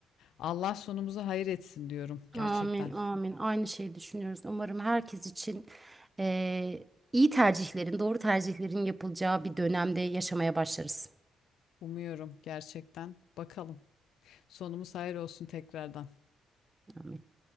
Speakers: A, on the left; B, on the right.
A: Allah sonumuzu hayır etsin diyorum gerçekten.
B: Amin, amin. Aynı şeyi düşünüyoruz. Umarım herkes için eee, iyi tercihlerin, doğru tercihlerin yapılacağı bir dönemde yaşamaya başlarız.
A: Umuyorum gerçekten. Bakalım. Sonumuz hayır olsun tekrardan.
B: Amin.